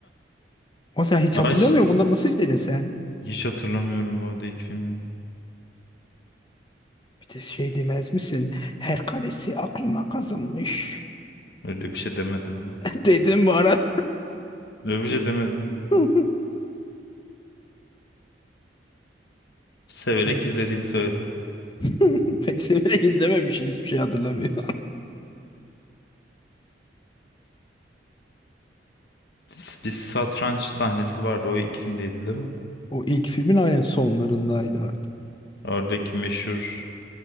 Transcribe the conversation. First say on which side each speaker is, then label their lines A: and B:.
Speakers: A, on the left (about 25°); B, on the left (about 65°).
A: O sen hiç
B: ay,
A: hatırlıyor musun? Bunları nasıl izledin sen?
B: hiç hatırlamıyorum bu arada ilk filmi.
A: Bir de şey demez misin? Her karesi aklıma kazınmış.
B: Öyle bir şey demedim ben.
A: <laughs> Dedim Barat.
B: Öyle bir şey demedim.
A: <laughs>
B: Severek
A: Sen git.
B: izlediğimi söyledim.
A: <laughs> Pek severek izlememişsin hiçbir şey hatırlamıyor. <laughs>
B: S- Bir satranç sahnesi vardı. O ilk filmdeydi değil mi?
A: O ilk filmin aynen sonlarındaydı artık.
B: Oradaki meşhur